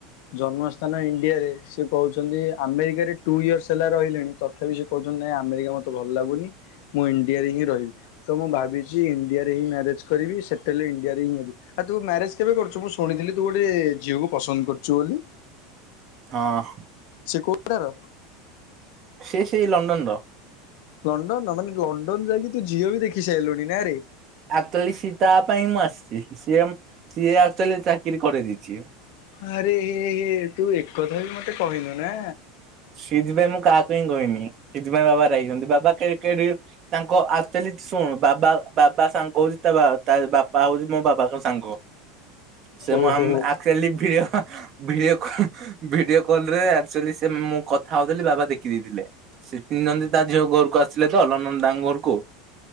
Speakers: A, on the left; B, on the right.
A: ଜନ୍ମସ୍ଥାନ ଇଣ୍ଡିଆରେ। ସେ କହୁଛନ୍ତି ଆମେରିକାରେ ଟୁ ଇୟର୍ସ ହେଲା ରହିଲେଣି। ତଥାପି ସେ କହୁଛନ୍ତି ନାଇଁ ଆମେରିକା ମତେ ଭଲ ଲାଗୁନି। ମୁଁ ଇଣ୍ଡିଆରେ ହିଁ ରହିବି। ତ ମୁଁ ଭାବିଛି ଇଣ୍ଡିଆରେ ହିଁ ମ୍ୟାରେଜ୍ କରିବି। ସେଟେଲ୍ ଇଣ୍ଡିଆରେ ହିଁ ହେବି। ଆଉ ତୁ ମ୍ୟାରେଜ୍ କେବେ କରୁଛୁ? ମୁଁ ଶୁଣିଥିଲି ତୁ ଗୋଟେ ଝିଅକୁ ପସନ୍ଦ କରୁଛୁ ବୋଲି?
B: ହଁ।
A: ସେ କଉଟାର।
B: ସେ ସେଇ ଲଣ୍ଡନ୍ ର।
A: ଲଣ୍ଡନ୍ ମାନେ ଲଣ୍ଡନ୍ ଯାଇକି ତୁ ଝିଅ ବି ଦେଖି ସାଇଲୁଣି ନାଁରେ?
B: ଆକ୍ଚୁଆଲି ସିଏ ତା ପାଇଁ ମୁଁ ଆସିଛି। ସିଏମ୍, ସିଏ ଆକ୍ଚୁଆଲି ଚାକିରି କରେଇ ଦେଇଛି।
A: ଆରେ ହେ ହେ ତୁ ଏକଥା ବି ମତେ କହିନୁ ନା?
B: ସେଇଥି ପାଇଁ ମୁଁ କାହାକୁ ହିଁ କହିନି। ସେଇଥି ପାଇଁ ବାବା ରାଗିଛନ୍ତି ବାବା କେ କେ ତାଙ୍କ ଆକ୍ଚୁଆଲି ଶୁଣୁ, ବାବା ବାବା ସାଙ୍ଗ ହଉଛି ତା ବାପା ହଉଛି ମୋ ବାବାଙ୍କ ସାଙ୍ଗ। ସେ
A: ଓହୋ।
B: ମୁଁ ଆମ ଆକ୍ଚୁଆଲି ଭିଅ- ଭିଡିଓ ଭିଡିଓ କଲ୍ ରେ ଆକ୍ଚୁଆଲି ଦେନ୍ ମୁଁ କଥା ହଉଥିଲି ବାବା ଦେଖି ଦେଇଥିଲେ। ସେ ତିନିଛନ୍ତି ତା ଝିଅ ଘରକୁ ଆସିଲେ ତ ଲଣ୍ଡନ ତାଙ୍କ ଘରକୁ।